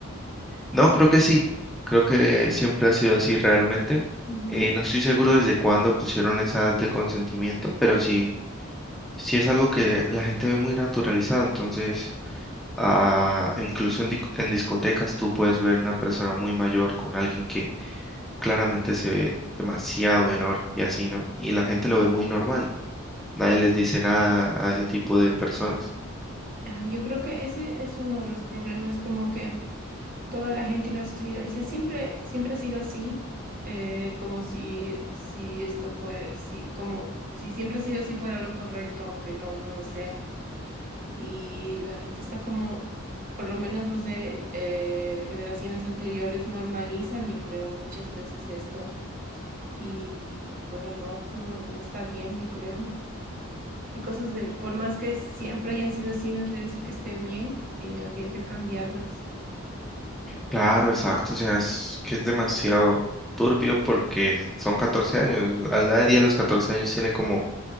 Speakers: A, in the centre; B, on the right.
A: No, creo que sí. Creo que siempre ha sido así realmente.
B: Ujú.
A: Eh, no estoy seguro desde cuándo pusieron esa edad de consentimiento, pero sí, sí es algo que la gente ve muy naturalizado. Entonces, ah, incluso en, di- en discotecas tú puedes ver una persona muy mayor con alguien que claramente se ve demasiado menor y así, ¿no? Y la gente lo ve muy normal. Nadie les dice nada a ese tipo de personas.
B: Ah, Yo creo que ese es uno de los problemas, como que toda la gente y la sociedad dice, siempre, siempre ha sido así, eh, como si, si esto fue, si, como si siempre ha sido así fuera lo correcto, aunque no, no lo sea. y la gente está como, por lo menos los de eh, generaciones anteriores normalizan, yo creo, muchas veces esto y, y, bueno, no, no, no está bien, yo creo. Y cosas de, por más que siempre hayan sido así, no quiere decir que estén bien y habría que cambiarlas.
A: Claro, exacto, o sea, es que es demasiado turbio porque son 14 años, a nadie a los 14 años tiene como